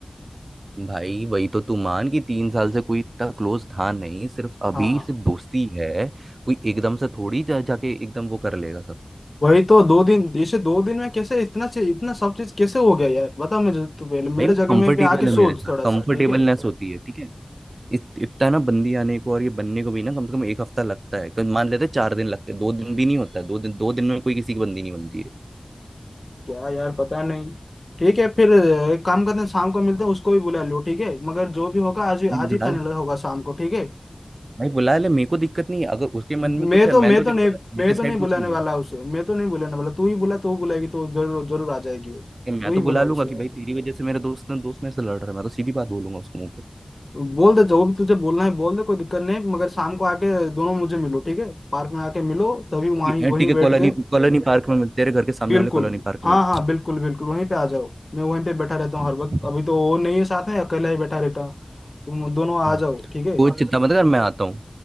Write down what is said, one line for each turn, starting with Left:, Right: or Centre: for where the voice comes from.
Right: भाई वही तो तू मान कि तीन साल से कोई इतना क्लोज था नहीं सिर्फ अभी
Left: हाँ
Right: सिर्फ दोस्ती है कोई एकदम से थोड़ी जा, जाके एकदम वो कर लेगा सब
Left: वही तो दो दिन इसे दो दिन में कैसे इतना से इतना सब चीज कैसे हो गया यार बता मुझे तू पहले
Right: भाई
Left: मेरे
Right: वो
Left: जगह
Right: कंफर्टेबल
Left: में भी आके सोच
Right: है मेरे साथ
Left: थोड़ा
Right: कंफर्टेबलनेस
Left: सा ठीक है
Right: होती है ठीक है इत, इतना ना बंदी आने को और ये बनने को भी ना कम से कम एक हफ्ता लगता है कम- मान लेते हैं चार दिन लगते हैं दो दिन भी नहीं होता है दो दिन दो दिन में कोई किसी की बंदी नहीं बनती है
Left: क्या यार पता नहीं ठीक है फिर अ, एक काम करते हैं शाम को मिलते हैं उसको भी बुला लो ठीक है मगर जो भी होगा आज ही
Right: भाई
Left: आज
Right: बुला
Left: ही फाइनल
Right: ले
Left: होगा शाम को ठीक
Right: भाई बुला ले
Left: है
Right: मेरे को दिक्कत नहीं है अगर उसके मन
Left: मैं
Right: में कुछ है
Left: तो मैं
Right: मैं तो
Left: तो
Right: देखो
Left: नहीं
Right: पता है,
Left: मैं
Right: मेरे साइड
Left: तो नहीं बुलाने
Right: कुछ नहीं
Left: वाला
Right: है
Left: उसे मैं तो नहीं बुलाने वाला तू ही बुला तो वो बुलाएगी तो जरूर जरूर आ जाएगी वो
Right: कि मैं
Left: तू ही
Right: तो
Left: बुला
Right: बुला लूंगा
Left: उसे
Right: कि भाई तेरी वजह से मेरे दोस्त ने दोस्त मेरे से लड़ रहा है मैं तो सीधी बात बोलूंगा उसको मुंह पे
Left: बोल दे जो भी तुझे बोलना है बोल दे कोई दिक्कत नहीं मगर शाम को आके दोनों मुझे मिलो ठीक है पार्क में आके मिलो तभी वहीं
Right: कि, "ए,
Left: वहीं
Right: ठीक है
Left: बैठ
Right: कॉलोनी
Left: के
Right: कॉलोनी पार्क में मिलते तेरे घर के सामने
Left: बिल्कुल
Right: वाले कॉलोनी पार्क
Left: हाँ
Right: में मिलते
Left: हाँ बिल्कुल बिल्कुल वहीं पे आ जाओ मैं वहीं पे बैठा रहता हूँ
Right: हैं।"
Left: हर वक्त
Right: हम्म,
Left: अभी तो वो नहीं है साथ में अकेला ही बैठा रहता हूँ तुम दोनों आ
Right: हम्म।
Left: जाओ ठीक है
Right: कोई चिंता मत कर मैं आता हूँ